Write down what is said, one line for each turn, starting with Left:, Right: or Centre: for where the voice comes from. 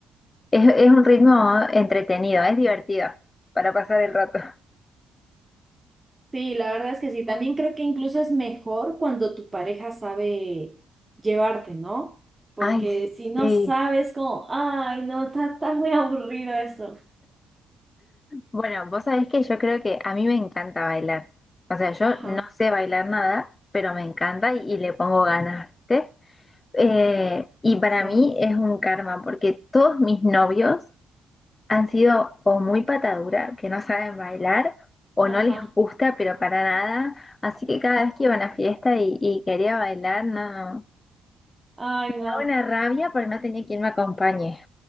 Left: es, es un ritmo entretenido, es divertido para pasar el rato.
Right: Sí, la verdad es que sí. También creo que incluso es mejor cuando tu pareja sabe llevarte, ¿no? Porque
Left: Ay,
Right: si no
Left: sí.
Right: sabes, como, ay, no, está, está muy aburrido eso.
Left: Bueno, vos sabés que yo creo que a mí me encanta bailar. O sea, yo
Right: Ajá,
Left: no sé bailar nada, pero me encanta y, y le pongo ganas, ¿viste? Eh, y para
Right: sí,
Left: mí es un karma, porque todos mis novios Han sido o muy patadura, que no saben bailar, o
Right: ajá,
Left: no les gusta, pero para nada. Así que cada vez que iba a una fiesta y, y quería bailar, no.
Right: ay, no.
Left: Daba una rabia porque no tenía quien me acompañe.